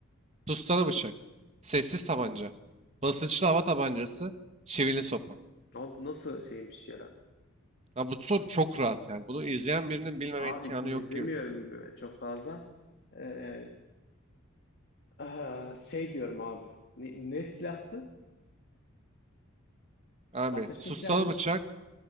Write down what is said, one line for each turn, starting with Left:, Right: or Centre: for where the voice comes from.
Right: Sustalı bıçak. Sessiz tabanca. Basınçlı hava tabancası. Çivili sopa.
Left: Abi bu nasıl şeymiş ya?
Right: Ya bu soru çok rahat yani. Bunu izleyen birinin bilmeme
Left: Abi
Right: imkanı
Left: izlemiyorum
Right: yok gibi.
Left: böyle çok fazla. Ee, ah, şey diyorum abi. Ne, ne silahtı?
Right: Abi
Left: Basınçlı
Right: sustalı
Left: silah mı?
Right: bıçak.